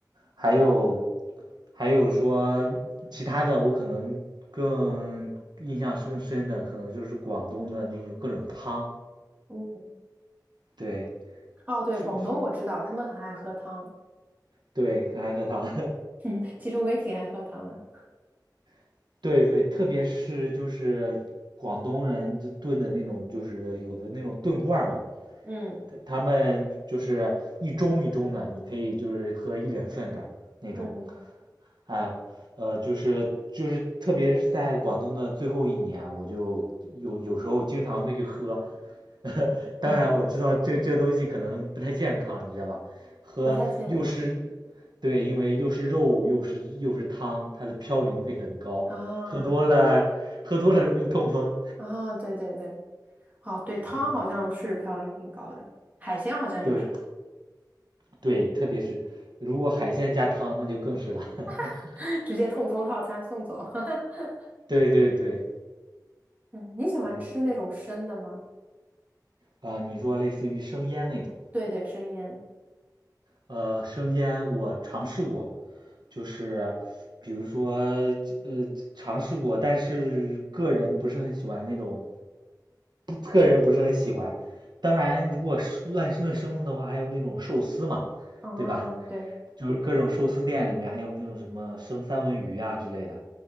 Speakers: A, on the right; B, on the right.
A: 还有还有说其他的，我可能更印象是更深的，可能就是广东的那种各种汤，
B: 嗯，
A: 对，
B: 哦，对，
A: 说是
B: 广东我知道，他们很爱喝汤。
A: 对，很爱喝汤，
B: <laughs> 嗯，其实我也挺爱喝汤的。
A: <laughs> 对对，特别是就是广东人就炖的那种，就是有的那种炖罐儿嘛，
B: 嗯
A: 他他们就是一盅一盅的，你可以就是喝一人份的那种，
B: 嗯，
A: 哎，呃，就是就是，特别是在广东的最后一年，我就有有时候经常会去喝。<laughs> 当然，
B: <laughs>
A: 我知道这这东西可能不太健康，你知道吧？喝又是，
B: 不太健康
A: 对，因为又是肉又是又是汤，它的嘌呤会很高，
B: 啊
A: 喝多了喝多了容易痛风。
B: 啊，对对对，哦，对，汤好像是嘌呤挺高的，
A: 嗯，
B: 海鲜好像也是，
A: 对对，特别是如果海鲜加汤，那就更是了。<laughs>
B: <laughs> 直接痛风套餐送走。<laughs>
A: 对对对，
B: 嗯，你喜欢吃那种生的吗？
A: 嗯啊，你说类似于生腌那种。
B: 对对，生腌。
A: 呃，生腌我尝试过，就是比如说呃尝试过，但是个人不是很喜欢那种，个人不是很喜欢。当然，如果是乱炖生的的话，还有那种寿司嘛，
B: 啊，
A: 对吧？
B: 对，
A: 就是各种寿司店里面还有那种什么生三文鱼啊之类的，